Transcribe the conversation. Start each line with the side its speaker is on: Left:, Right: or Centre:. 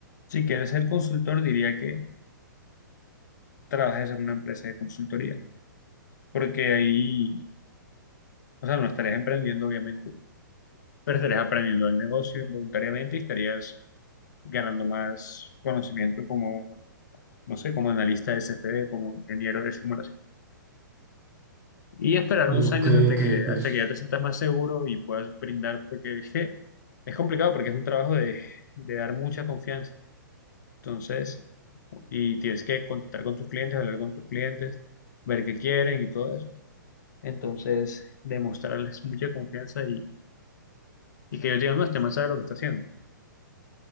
Left: Si quieres ser consultor, diría que trabajes en una empresa de consultoría, porque ahí, o sea, no estarías emprendiendo, obviamente pero estarías aprendiendo el negocio voluntariamente y estarías ganando más conocimiento como, no sé, como analista de CFD, como ingeniero de simulación. Y esperar
Right: Ok,
Left: unos años hasta
Right: ok,
Left: que,
Right: pues
Left: hasta que ya te sientas más seguro y puedas brindar, porque je, es complicado, porque es un trabajo de, de dar mucha confianza. Entonces, y tienes que contactar con tus clientes, hablar con tus clientes, ver qué quieren y todo eso. Entonces, demostrarles mucha confianza y, y que ellos digan, no, este man sabe lo que está haciendo.